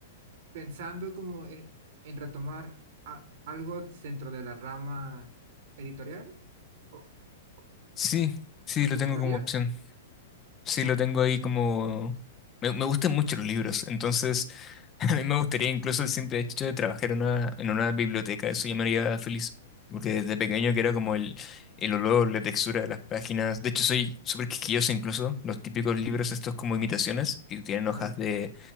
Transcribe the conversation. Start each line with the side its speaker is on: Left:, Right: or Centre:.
Right: pensando como en, en retomar a- algo dentro de la rama editorial. ¿O,
Left: Sí,
Right: o-
Left: sí,
Right: o
Left: lo
Right: te gustaría?
Left: tengo como opción. Sí,
Right: Más-
Left: lo tengo ahí como... Me, me gustan mucho los libros, entonces <laughs> a mí me gustaría incluso el simple hecho de trabajar en una, en una biblioteca, eso ya me haría feliz, porque desde pequeño que era como el, el olor, la textura de las páginas, de hecho soy súper quisquilloso incluso, los típicos libros estos como imitaciones, que tienen
Right: claro,
Left: hojas de